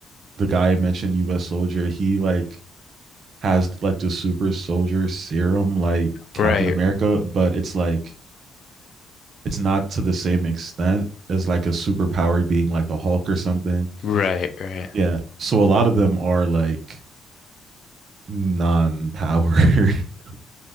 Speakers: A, on the right; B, on the left.
A: the guy I mentioned US Soldier, he like has like the super soldier serum like Captain
B: Right,
A: America, but it's like it's not to the same extent as like a superpowered being like the Hulk or something.
B: Right, right.
A: Yeah. So a lot of them are like non-powered <laughs>